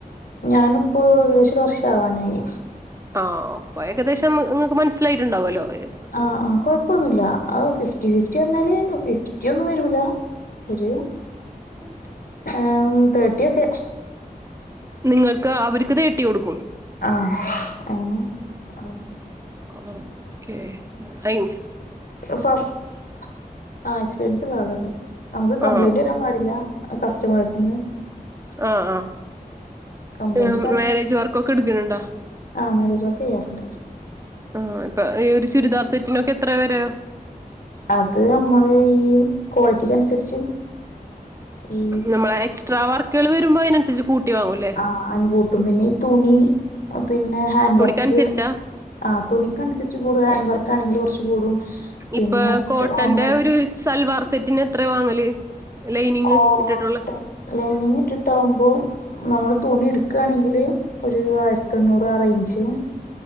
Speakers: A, on the left (about 70°); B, on the right (about 20°).
A: ഞാനിപ്പോ ഏകദേശ ഒരു വർഷ ആവാനായി
B: ആഹ് ഇപ്പോ ഏകദേശം നിങ്ങക്ക് മനസ്സിലായിട്ടുണ്ടാവുമല്ലോ ഏത്
A: ആഹ് ആഹ് കൊഴപ്പൊന്നുല്ല ആഹ് ഫിഫ്റ്റി ഫിഫ്റ്റി പറഞ്ഞാല് ഫിഫ്റ്റി ഒന്നും വരൂല ഒര്
B: ഉം
A: ആഹ് ഉം തേർട്ടിഒക്കെ
B: നിങ്ങക്ക് അവർക്ക് തേട്ടി കൊടുക്കും
A: ആഹ് അങ്ങനെ ആഹ്
B: ആഹ് ഓക്കെ അയിൻ
A: ഫസ്റ്റ് ആഹ് എക്സ്പീരിയൻസ് ഉള്ള ആളാണ് നമുക്ക് കംപ്ലയിന്റ്
B: ആഹ്
A: വരാൻ പാടില്ല കസ്റ്റെമെറെടുത് ന്ന്
B: ആഹ്
A: കംപ്ലൈന്റ്
B: ആഹ് മാരേജ് വർക്കൊക്കെ ഇടുക്ക്ണ് ണ്ടോ
A: ആഹ് മേരേജ് വർക്ക് ചെയ്യാറുണ്ട്
B: ആഹ് ഇപ്പൊ ഈ ഒരു ചുരിദാർ സെറ്റിനൊക്കെ എത്ര വര്യാ
A: അത് നമ്മള് ഈ ക്വാളിറ്റിക്ക് അനുസരിച്ച് ഈ
B: നമ്മള് എക്സ്ട്രാ വർക്കുകൾ വരുമ്പോ അതിനനുസരിച്ച് കൂട്ടി വാങ്ങൂല്ലേ
A: ആഹ് കൂട്ടും പിന്നെ ഈ തുണി പിന്നെ ഹാൻഡ്
B: തുണിക്കനുസരിച്ചാ
A: വർക്ക് ആഹ് തുണിക്കനുസരിച്ച് കൂടും ഹാൻഡ് വർക്ക് ആണെങ്കിൽ കൊറച്ച് കൂടും പിന്നെ
B: ഇപ്പൊ
A: സ്റ്റോൺ
B: കോട്ടന്റെ
A: വർക്കിന്റെ
B: ഒരു സൽവാർ സെറ്റിന് എത്രയാ വാങ്ങല് ലൈനിങ്
A: കോട്ടൺ
B: ഇട്ടിട്ടുള്ള
A: ലൈനിങ് ഇട്ടിട്ടാവുമ്പൊ നമ്മൾ തുണി ഇടുക്കാണെങ്കില് ഒരു ആയിരത്തെണ്ണൂറ് ആ റേഞ്ച്